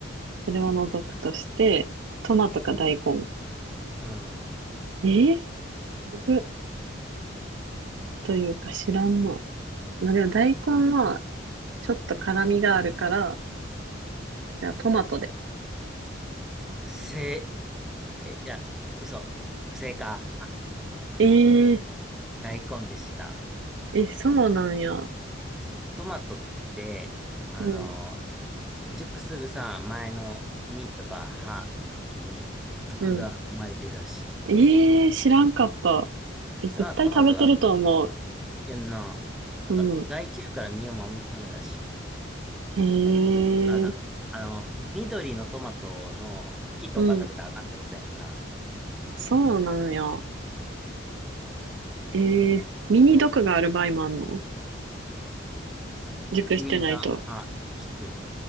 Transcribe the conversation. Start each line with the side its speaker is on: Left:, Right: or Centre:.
Right: それは除くとして、トマトか大根。
Centre: うん。
Right: えー、むずっというか知らんな。まあ、でも大根はちょっと辛みがあるから、じゃあトマトで。
Centre: 正え、いや、嘘。不正解。
Right: えー、
Centre: 大根でした。
Right: え、そうなんや。う
Centre: そう、トマトって、あの、
Right: ん、
Centre: 熟するさ、前の実とか葉、茎に毒が含まれてるらしい。
Right: うん。えー、知らんかった。え、
Centre: それはトマトが、
Right: 絶対食べてると思
Centre: いやんな、なんか害虫から身を守るためらしいで。
Right: う。うん。
Centre: だ
Right: へえ
Centre: からさ、あの、緑のトマトの茎とか食べたらあかんってことやんな。
Right: うん。あそうなんや。えー、
Centre: なんか、
Right: ミニ毒がある場合もあんの
Centre: あと、
Right: 熟してないと。
Centre: ミヤハ、キク、